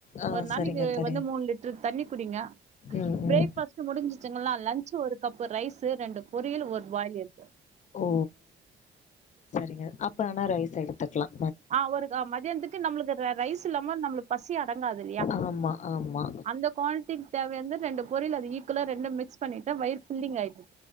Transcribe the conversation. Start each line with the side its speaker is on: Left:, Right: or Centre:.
Left: ஆ
Right: ஒரு நாளைக்கு
Left: சரிங்க தோழி
Right: வந்து மூணு லிட்டர் தண்ணி குடிங்க
Left: ம்
Right: பிரேக்பஸ்ட்
Left: ம்
Right: முடிஞ்சு ங்களா லஞ்ச் ஒரு கப்பு ரைஸ்சு ரெண்டு பொரியல் ஒரு பாயில் எக்கா
Left: ஓ ரிங்க அப்ப ஆனா ரைஸ் எடுத்துக்கலாம்
Right: ஆஹ் ஒரு மதியானத்துக்கு நம்மளுக்கு ரைஸ் இல்லாம நம்மளுக்கு ப சியா அடங்காது இல்லையா
Left: ஆமா ஆமா
Right: அந்த கோணத்தில் தேவயானது ரெண்டு பொரியல் அது ஈக்வலா ரெண்டுமிக்ஸ் பண்ணிட்டு வயிர் புல்லிங் ஆயிடும்